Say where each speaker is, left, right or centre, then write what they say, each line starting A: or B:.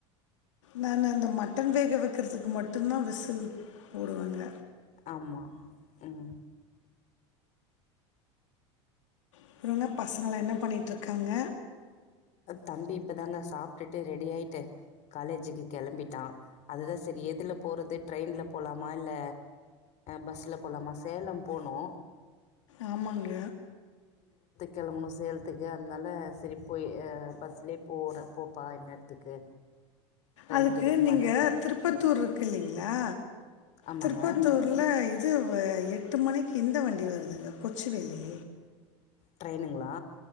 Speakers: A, on the left; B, on the left.
A: நானு அந்த மட்டன் வேக வைக்கிறதுக்கு மட்டு்தா விசில் போடுவேங்க
B: ஆமா ம்
A: அப்றோங்க பசங்களா என்ன பண்ணிட்ருக்காங்க
B: தம்பி இப்பதாங்க சாப்பிட்டுட்டு ரெடி ஆய்ட்டு காலேஜுக்கு கிளம்பிட்டா அதுதா சரி எதுல போறது ட்ரெயின்ல போலாமா இல்ல பஸ்ல போலாமா சேலம் போனு
A: ஆமாங்க
B: கிளம்பணு சேலத்துக்கு அதனால சரி போய் பஸ்லே போற போப்பா இந்நேரத்துக்கு ட்ரெயின்
A: அதுக்கு
B: கிடைக்குமா
A: நீங்க
B: என்னன்னு தெரியும்
A: திருப்பத்தூர் இருக்குலீங்களா
B: ஆமாங்க
A: திருப்பத்தூர்ல இது இது எட்டு மணிக்கு இந்த வண்டி வருதுங்க கொச்சுவேலி
B: ட்ரைனுங்களா